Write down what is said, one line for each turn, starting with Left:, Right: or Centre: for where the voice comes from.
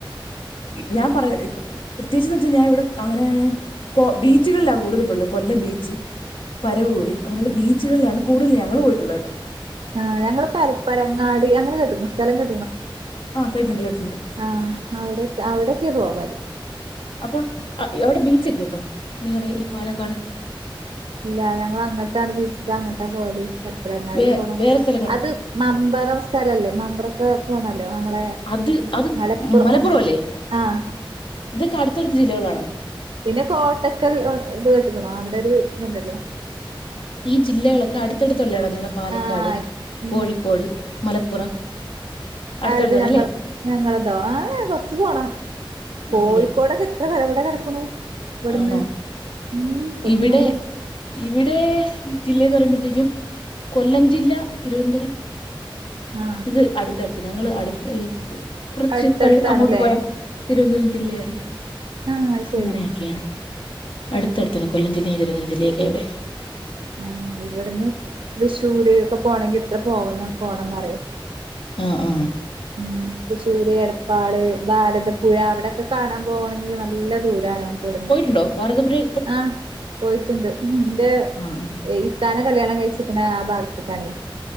Left: ഞാൻ പറയാ പ്രത്യേകിച്ച് ത്തു ഞാൻ ഇവിടെ അങ്ങനെ കൊ ബീച്ചുകളിലാ കൂടുതലും പോയിള്ള കൊല്ലം ബീച്ച് പരവൂര് അങ്ങനെയുള്ള ബീച്ചുകളിലാണ് കൂടുതൽ ഞങ്ങൾ പോയിട്ടുള്ളത് കേട്ടോ
Right: ആഹ ഞങ്ങള് പരപ്പരങ്ങാടി അങ്ങനെ കെട്ടുകുണോ സ്ഥലം ക
Left: ആഹ കേട്ടുണ്ട് കേട്ടിട്ടുണ്ട്
Right: ആഹ അവിടെ അവിടൊക്കെ പോവാ മതി
Left: അപ്പൊ അവിടെ ബീച്ചൊക്കെ ഉണ്ടോ നിങ്ങളുടെ ഈ പാലക്കാട്
Right: ഇല്ല ഞങ്ങ അങ്ങട്ടാണ് ബീച്ചക്ക് അങ്ങോട്ടാ പോയത് പരപ്പനങ്ങാടി
Left: വേ
Right: പോണം
Left: വേറെ സ്ഥലങ്ങൾ
Right: അത് മമ്പറം സ്ഥലല്ലേ മമ്പറത്തെ പോണല്ലോ നമ്മളെ
Left: അത് അത്
Right: മലപ്പുറം
Left: മലപ്പുറ അല്ലേ
Right: ആഹ്
Left: ഇതൊക്കെ അടുത്തടുത്ത ജില്ലകളാണോ
Right: പിന്നെ കോട്ടക്കൽ ഇത് കേട്ടക്കണോ അവിടെ ഒരു ഇതുണ്ടല്ലോ
Left: ഈ ജില്ലകളൊക്കെ അടുത്തടുത്തുള്ളതാണ് നിങ്ങളുടെ പാലക്കാട്
Right: ആഹ് ഉം
Left: കോഴിക്കോട് മലപ്പുറം അടുത്തടുത്താണല്ലേ
Right: ആയിത് ഞങ്ങ ഞങ്ങളെന്തോ ആഹ് കൊറച്ച്പോണം കോഴിക്കോടൊക്കെ
Left: ആണല്ലേ
Right: എത്ര കടവിടെ കിടക്കുന്നു ഇവിടുന്ന്
Left: ആണോ
Right: ഉം ഇവിടുന്ന്
Left: ഇവിടെ
Right: നല്ല
Left: ഇവിടെ ജില്ലന്ന് പറയുമ്പോഴത്തേക്കും കൊല്ലം ജില്ല തിരുവനന്തപുരം
Right: ആഹ
Left: ഇത് അടുത്തടുത്ത് ഞങ്ങള്ൾ അടു ഈ കുറച്ച്
Right: അടുത്തടുത്താണല്ലേ
Left: കഴി അങ്ങോട്ട് പോയാ തിരുവനന്തപുരം ജില്ലയാണ്
Right: ആഹ് അത് ശരി
Left: അങ്ങനെയൊക്കെയാണ് ഇടുത്താണ് കൊല്ലം ജില്ലയും തിരുന്തര ജില്ലയക്കെവിടെ
Right: ആഹ ഇവിടുന്ന് തൃശ്ശൂര് ഇക്കെ പോണെങ്കിൽ ഇത്ര പോകുന്ന പോണംന്ന് അറിയോ
Left: ആഹ ആഹ
Right: ഉം തൃശ്ശൂര് എടപ്പാട് ഭാരതപ്പുഴ അവിടൊക്കെ കാണാൻ പോകണെങ്കിൽ എഹ നല്ല ദൂരാണ് ഞങ്ങക്കി വിടുന്ന്
Left: ഉണ്ടോ ഭാരതപുഴെ
Right: ആഹ് പോയിട്ടുണ്ട് എന്റെ
Left: ആഹ് ആഹ്
Right: ഇതാനേ കല്യാണം കഴിച്ചിരിക്കുന്ന ആഹ ഭാഗത്തക്കാണേ